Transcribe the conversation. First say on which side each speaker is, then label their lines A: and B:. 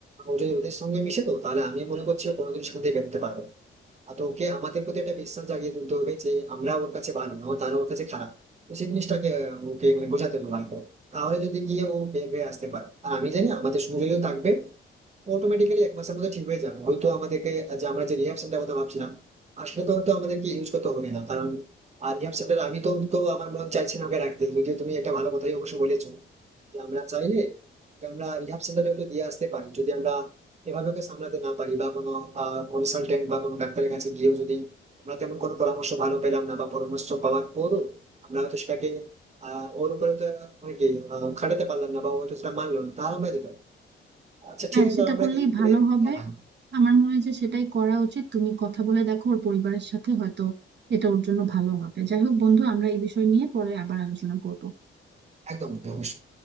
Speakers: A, on the right; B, on the right.
A: ও যদি ওদের সঙ্গে মিশে তো তাহলে আমি মনে করছি ও কোনোদিন সেখান থেকে বেরোতে পারবে না। আর তো ওকে আমাদের প্রতি একটা বিশ্বাস জাগিয়ে তুলতে হবে যে আমরা ওর কাছে ভালো না তারা ওর কাছে খারাপ তো সেই জিনিসটাকে আহ, ওকে মানে বোঝাতে হবে ভালো করে। তাহলে যদি গিয়ে ও বের হয়ে আসতে পারে আর আমি জানি আমাদের সুযোগও থাকবে অটোমেটিক্যালি এক মাসের মধ্যে ঠিক হয়ে যাবে হয়তো আমাদেরকে আহ, যে আমরা যে রিহ্যাব সেন্টার কথা ভাবছিলাম আর সেটা তো হয়তো আমাদেরকে ইউজ করতে হবে না কারণ আর রিহ্যাব সেন্টার আমি তো তো আমার মন চাইছে না ওকে রাখতে যদিও তুমি একটা ভালো কথাই অবশ্য বলেছো যে আমরা চাইলে ওকে আমরা রিহাব সেন্টারেও তো দিয়ে আসতে পারি যদি আমরা এভাবে ওকে সামলাতে না পারি বা কোনো কনসালটেন্ট বা কোনো ডাক্তারের কাছে গিয়েও যদি আমরা তেমন কোনো পরামর্শ ভালো পেলাম না বা পরামর্শ পাওয়ার পরও আমরা হয়তো সেটাকে আহ ওর উপরে তো মানে কি আহ, খাটাতে পারলাম না বা ও হয়তো সেটা মানলো না তাহলে আমরা দিতাম আচ্ছা
B: হ্যাঁ
A: ঠিক আছে
B: সেটা
A: তাহলে আমরা
B: করলেই
A: এই প্লে
B: ভালো
A: একদম
B: হবে আমার মনে হয় যে সেটাই করা উচিত তুমি কথা বলে দেখো ওর পরিবারের সাথে হয়তো এটা ওর জন্য ভালো হবে যাই হোক বন্ধু আমরা এই বিষয় নিয়ে পরে আবার আলোচনা করব
A: একদম, অবশ্যই